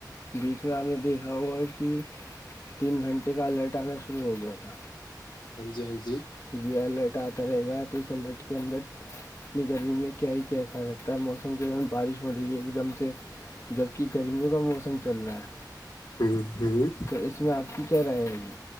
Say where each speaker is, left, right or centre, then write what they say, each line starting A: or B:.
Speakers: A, on the left; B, on the left.
A: بیچ میں آپ نے دیکھا ہوا ہے کہ تین گھنٹے کا الرٹ آنا شروع ہو گیا تھا
B: ہاں جی ہاں جی
A: یہ الرٹ آتا رہے گا تو اس الرٹ کے اندر اتنی گرمی میں کیا ہی کیاسا رہگتا ہے موسم کے د بارش ہو رہی ہے ایک دم سے جبکہ گرمیوں کا موسم چل رہا ہے
B: ہوں ہوں
A: تو اس میں آپ کی کیا رائے ہےی